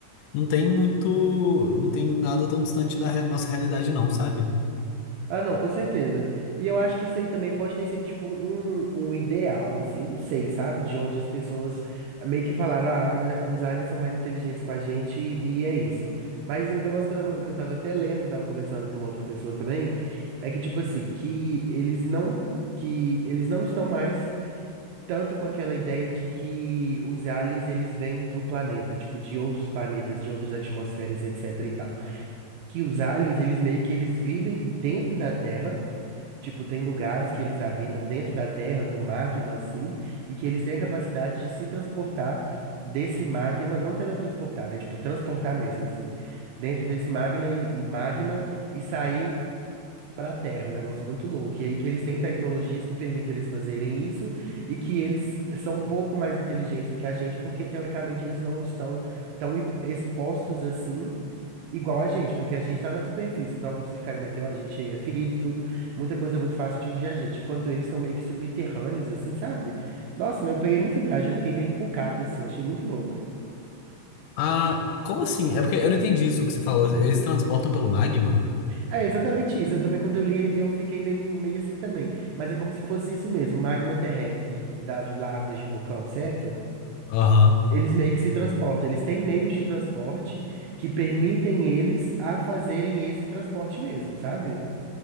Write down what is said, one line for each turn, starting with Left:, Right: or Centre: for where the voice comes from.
Left: não tem muito, não tem nada tão distante da rea- nossa realidade não, sabe?
Right: Ah, não, com certeza. E eu acho que isso aí também pode ter sido, tipo, um, um ideal, assim, não sei, sabe? De onde as pessoas meio que falaram, ah, eh, os aliens são mais inteligentes com a gente e, e é isso. Mas um negócio que eu tava, que eu tava até lendo, que eu tava conversando com uma outra pessoa também, é que, tipo assim, que eles não, que eles não estão mais. tanto com aquela ideia de que os aliens eles vêm do planeta, tipo, de outros planetas, de outras atmosferas, etc e tal. Que os aliens, eles meio que eles vivem dentro da Terra, tipo, tem lugares que eles habitam dentro da Terra, do magma assim, e que eles têm a capacidade de se transportar desse magma, não teletransportar, né? Tipo, transportar mesmo assim, dentro desse magma e, e magma e sair para Terra, um negócio muito louco. E aí que eles têm tecnologias que permitem eles fazerem isso e que eles são um pouco mais inteligentes do que a gente, porque teoricamente eles não estão tão i- expostos assim. Igual a gente, porque a gente está na superfície. Então, se cair um meteoro, a gente é ferido, tudo. Muita coisa é muito fácil atingir a gente. Enquanto eles estão meio que subterrâneos, assim, sabe? Nossa, né, eu peguei muita viagem, eu fiquei meio encucado, assim, eu achei muito louco.
Left: Ah, como assim? É porque eu não entendi isso que você falou. Eles transportam pelo magma?
Right: É exatamente isso. Eu também, quando eu li, eu fiquei meio, meio assim também. Mas é como se fosse isso mesmo, magma terrestre das lavas de vulcão, certo?
Left: Aham.
Right: Eles meio que se transportam. Eles têm meios de transporte que permitem eles a fazerem esse transporte mesmo, sabe?